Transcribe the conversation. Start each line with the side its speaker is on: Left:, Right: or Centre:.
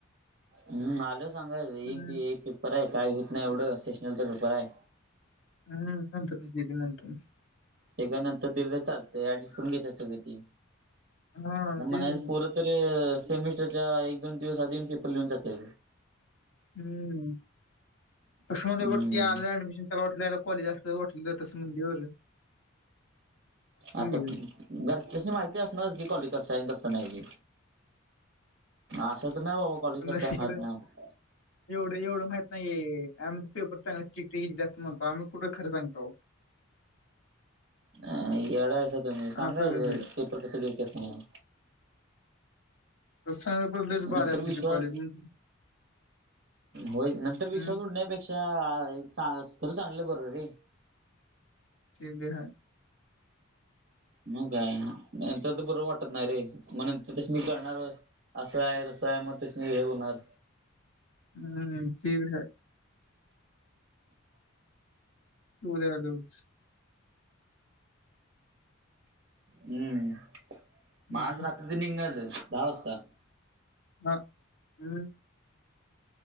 Right: हम्मं आलो सांगायच
Left: हं,
Right: एक एक पेपर आहे कांहीं होतं नाहीं एवढं स्टेशनरीचा पेपर आहे
Left: हम्मं नंतर सांगतो नंतर
Right: ते कां नंतर दीर्द चालतंय ऍडिस्ट करूंन घेतं सगळीं ती
Left: हां,
Right: म्हणलं
Left: तेच ना.
Right: पोरंत सेमिस्टरच्या एक दोन दिवसं आधीच पेपर लिहूंन जाते
Left: हम्मं बसं मध्यें
Right: हम्म
Left: वरती आलय अ‍ॅडमिशन त्यांला वाटलं यला कॉलेज असतं वाटलं तसं म्हणाली बरं
Right: आंता
Left: होईल.
Right: घरच्यांसनी माहिती असणांरच की कॉलेज कसं आहे कसं नाहीं ते असं तरं नाहीं बाबां कॉलेजचा
Left: पण
Right: कसं
Left: एवढं
Right: आहे माहीत नाहीं
Left: एवढं एवढं माहित नाहीं ये आम्हीं पेपर चांगला चित्ती आम्हीं कुंठे खरं सांगतो
Right: अ येढांयच तुम्हीं सांगायचं
Left: असा विषय आहे.
Right: पेपर कसं गेलां कसां नाहीं
Left: तस सांगयच तर लईच
Right: नंतर
Left: बादाय आमच्या
Right: विश्वास
Left: येथे कॉलेज मधल
Right: होय नंतर विश्वास
Left: हं.
Right: उडण्यापेक्षा सा खरं सांगितलेल बर रे --
Left: ठीक दे हाय
Right: मग काय नंतर ते बर वाटत नाही रे म नंतर त्यासनी कळणार होय. असाय तसाय मग त्यासनी हे होणार
Left: हम्म ते बो हाय तु उद्या <unintelligible>
Right: हम्म
Left: हम्म
Right: मग आज रात्री ते निघणारच हायत दहा वाजता.
Left: हा हम्